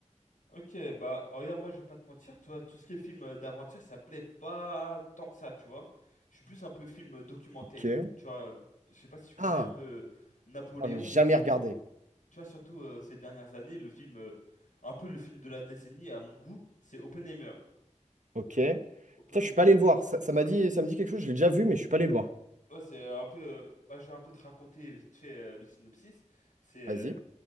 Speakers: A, on the left; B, on the right.
A: ok, bah oh, regarde, moi je vais pas te mentir, toi, tout ce qui est film euh, d'aventure, ça me plaît pas tant que ça, tu vois? Je suis plus un peu film euh, documentaire,
B: Ok.
A: tu vois? euh, Je sais pas si tu connais
B: Ah,
A: un peu euh, Napoléon,
B: j'en ai jamais
A: mais surtout,
B: regardé.
A: tu vois, surtout euh, ces dernières années, le film, euh, un peu le film de la décennie à mon goût, c'est Oppenheimer.
B: Ok.
A: Oppenheimer.
B: Putain, je suis pas allé le voir. Ça, ça m'a dit, ça me dit quelque chose. Je l'ai déjà vu, mais je suis pas allé le voir.
A: Ouais, c'est euh, un peu. euh, moi, je vais un peu te raconter vite fait euh, le synopsis. C'est, euh,
B: Vas-y.